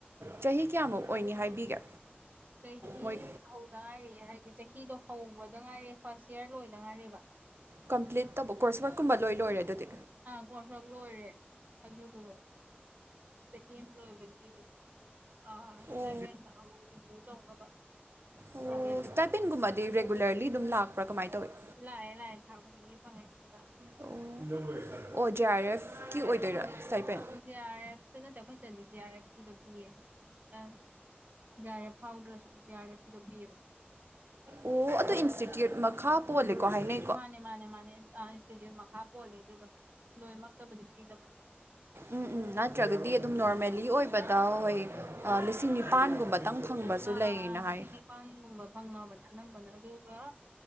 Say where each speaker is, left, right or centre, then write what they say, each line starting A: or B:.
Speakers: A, on the right; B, on the right.
A: ꯆꯍꯤ ꯀꯌꯥꯃꯨꯛ ꯑꯣꯏꯅꯤ ꯍꯥꯏꯕꯤꯒꯦ
B: ꯆꯍꯤ
A: ꯃꯣꯏ
B: ꯍꯧꯗ ꯉꯥꯏꯔꯦ ꯍꯥꯏꯗꯤ ꯆꯍꯤꯗꯣ ꯍꯧꯕꯗ ꯉꯥꯏꯔꯦ ꯐꯥꯔꯁ ꯏꯌꯥꯔ ꯂꯣꯏꯗ ꯉꯥꯏꯔꯤꯕ
A: ꯀꯝꯄ꯭ꯂꯤꯠ ꯇꯧꯕ ꯀꯣꯔꯁ ꯋꯛꯀꯨꯝꯕ ꯂꯣꯏ ꯂꯣꯏꯔꯦ ꯑꯗꯨꯗꯤ
B: ꯑꯥ ꯀꯣꯔꯁ ꯋꯛ ꯂꯣꯏꯔꯦ ꯑꯗꯨꯗꫭ ꯆꯍꯤ ꯑꯃ ꯂꯣꯏꯕꯒꯤ ꯑ ꯁ꯭ꯇꯦꯄꯤꯟꯗ
A: ꯑꯣ
B: ꯑꯃꯨ <unintelligible> ꯇꯧꯅꯕ
A: ꯑꯣ
B: ꯄ꯭ꯔꯣꯒ꯭ꯔꯦꯁ ꯔꯤꯄꯣꯔꯠ
A: ꯁ꯭ꯇꯦꯄꯤꯟꯒꯨꯝꯕꯗꯤ
B: ꯂꯩ
A: ꯔꯦꯒꯨꯂꯔꯂꯤ ꯑꯗꯨꯝ ꯂꯥꯛꯄ꯭ꯔꯥ ꯀꯃꯥꯏꯅ ꯇꯧꯏꯤ
B: ꯂꯥꯛꯑꯦ ꯂꯥꯛꯑꯦ ꯊꯥ ꯈꯨꯗꯤꯡꯒꯤ ꯐꯪꯉꯦ ꯐꯖꯥꯅ
A: ꯑꯣ ꯑꯣ ꯖꯦ ꯑꯥꯔ ꯑꯦꯐ ꯀꯤ ꯑꯣꯏꯗꯣꯏꯔꯥ ꯁꯥꯏꯄꯦꯟ
B: ꯖꯦ ꯑꯥꯔ ꯑꯦꯐꯇ ꯅꯠꯇ ꯑꯩꯈꯣꯏ ꯆꯠꯗꯤ ꯖꯦ ꯑꯥꯔ ꯑꯦꯐꯀꯤꯗꯣ ꯄꯤꯌꯦ ꯑ ꯖꯦ ꯑꯥꯔ ꯑꯦꯐ ꯐꯥꯎꯗ꯭ꯔꯁꯨ ꯖꯦ ꯑꯥꯔ ꯑꯦꯐ ꯀꯤꯗꫭ ꯄꯤꯑꯕ
A: ꯑꯣ ꯑꯗꯨ ꯏꯟꯁꯇꯤꯇ꯭ꯌꯨꯠ ꯃꯈꯥ ꯄꯣꯜꯂꯦꯀꯣ ꯍꯥꯏꯅꯦ
B: ꯃꯥꯅꯦ ꯃꯥꯅꯦ ꯃꯥꯅꯦ ꯏꯟꯁꯇꯤꯇ꯭ꯌꯨꯠ ꯃꯈꯥ ꯄꯣꯜꯂꯦ ꯑꯗꯨꯗꯣ ꯂꯣꯏꯅꯃꯛꯇꯕꯨꯗꯤ ꯄꯤꯗꯕꯅꯤ
A: ꯎꯝ ꯎꯝ ꯅꯠꯇ꯭ꯔꯒꯗꯤ ꯑꯗꯨꯝ ꯅꯣꯔꯃꯦꯜꯂꯤ ꯑꯣꯏꯕꯗ ꯍꯣꯏ ꯂꯤꯁꯤꯡ ꯅꯤꯄꯥꯟꯒꯨꯝꯕ ꯇꯪ ꯐꯪꯕꯁꯨ
B: ꯑꯥ
A: ꯂꯩꯌꯦꯅ
B: ꯑꯥ ꯑꯥ ꯂꯤꯁꯤꯡ
A: ꯍꯥꯏ
B: ꯅꯤꯄꯥꯟꯒꯨꯝꯕ ꯐꯪꯅꯕꯅꯦ ꯑꯅꯝꯕꯅ ꯑꯗꯨꯒ